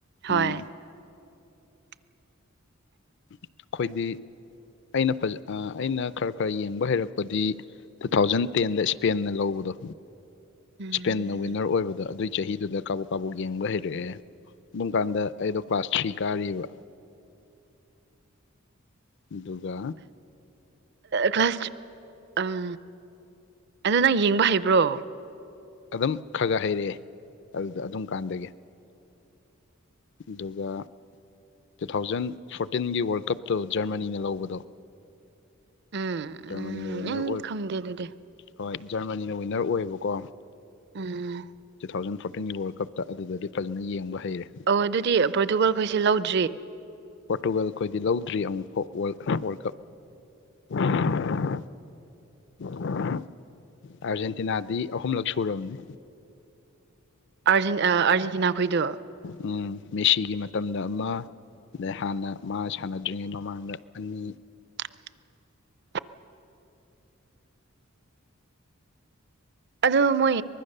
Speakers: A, on the right; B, on the left.
A: ꯍꯣꯏ
B: ꯎꯝ
A: <inaudible>
B: ꯑꯩꯈꯣꯏꯗꯤ ꯑꯩꯅ ꯐꯖ ꯑꯩꯅ ꯈꯔ ꯈꯔ ꯌꯦꯡꯕ ꯍꯩꯔꯛꯄꯗꯤ ꯇꯨ ꯊꯥꯎꯖꯟ ꯇꯦꯟꯗ ꯏꯁꯄꯦꯟꯅ ꯂꯧꯕꯗꯣ
A: ꯎꯝ
B: ꯏꯁꯄꯦꯟꯅ ꯋꯤꯟꯅꯔ ꯑꯣꯏꯕꯗꯣ ꯑꯗꯨꯏ ꯆꯍꯤꯗꯨꯗ ꯀꯥꯕꯣꯛ ꯀꯥꯕꯣꯛ ꯌꯦꯡꯕ ꯍꯩꯔꯛꯑꯦ ꯑꯗꯨꯝ ꯀꯥꯟꯗ ꯑꯩꯗꯣ ꯀ꯭ꯂꯥꯁ ꯊ꯭ꯔꯤ ꯀꯥꯔꯤꯕ ꯑꯗꯨꯒꯥ
A: ꯀ꯭ꯂꯥꯁ ꯎꯝ ꯑꯣꯗꯣ ꯅꯪ ꯌꯦꯡꯕ ꯍꯩꯕ꯭ꯔꯣ
B: ꯑꯗꯨꯝ ꯈꯔ ꯈꯔ ꯍꯩꯔꯛꯑꯦ ꯑꯗꯨꯗ ꯑꯗꯨꯝ ꯀꯥꯟꯗꯒꯤ ꯑꯗꯨꯒ ꯇꯨ ꯊꯥꯎꯖꯟ ꯐꯣꯔꯇꯤꯟꯒꯤ ꯋꯥꯔꯜ ꯀꯞꯇꯨ ꯖꯔꯃꯅꯤꯅ ꯂꯧꯕꯗꯣ
A: ꯎꯝ
B: ꯖꯔꯃꯅꯤꯅ
A: ꯎꯝ
B: ꯋꯤꯟꯅꯔ
A: ꯅꯪ
B: ꯑꯣꯏꯕ
A: ꯈꯪꯗꯦ ꯑꯗꯨꯗꯤ
B: ꯍꯣꯏ ꯖꯔꯃꯅꯤꯅ ꯋꯤꯟꯅꯔ ꯑꯣꯏꯌꯦꯕꯀꯣ
A: ꯎꯝ
B: ꯇꯨ ꯊꯥꯎꯖꯟ ꯐꯣꯔꯇꯤꯟꯒꯤ ꯋꯥꯔꯜ ꯀꯞꯇ ꯑꯗꯨꯗꯗꯤ ꯐꯖꯅ ꯌꯦꯡꯕ ꯍꯩꯔꯦ
A: ꯍꯣꯏ ꯑꯗꯨꯗꯤ ꯄꯣꯔꯇꯨꯒꯜꯈꯣꯏꯁꯦ ꯂꯧꯗꯦ
B: ꯄꯣꯔꯇꯨꯒꯜ ꯑꯩꯈꯣꯏꯗꯤ ꯂꯧꯗ꯭ꯔꯤ ꯑꯃꯨꯛꯐꯥꯎꯔ ꯋꯥꯔꯜ ꯀꯞ <unintelligible> <unintelligible> ꯑꯥꯔꯖꯦꯟꯇꯤꯅꯥꯗꯤ ꯑꯍꯨꯝꯂꯛ ꯁꯨꯔꯕꯅꯤ
A: ꯑꯔꯖꯟ ꯑ ꯑꯔꯖꯦꯟꯇꯤꯅꯥ ꯈꯣꯏꯗꯣ
B: ꯎꯝ ꯃꯦꯁꯤꯒꯤ ꯃꯇꯝꯗ ꯑꯃ ꯑꯗꯩ ꯍꯥꯟꯅ ꯃꯥ ꯁꯥꯟꯅꯗ꯭ꯔꯤꯉꯩ ꯃꯃꯥꯡꯗ ꯑꯅꯤ
A: <unintelligible> ꯑꯗꯣ ꯃꯣꯏ